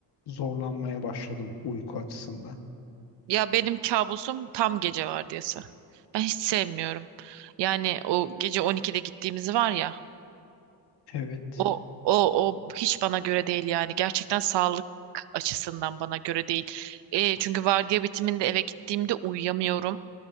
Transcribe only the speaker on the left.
zorlanmaya başladım uyku açısından.
Evet.